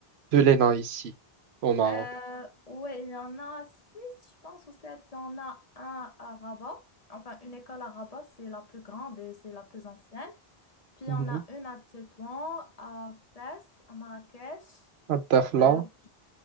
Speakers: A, on the right (about 85°); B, on the left (about 40°).
A: de l'ENA ici, au Maroc.
B: Euh, ouais, il y en a six, je pense, ou sept. Il y en a un à Rabat. Enfin, une école à Rabat, c'est la plus grande et c'est la plus ancienne. Puis,
A: Mhm.
B: il y en a une à Tétouan, à Fès, à Marrakech,
A: À Dakhla.
B: euh, au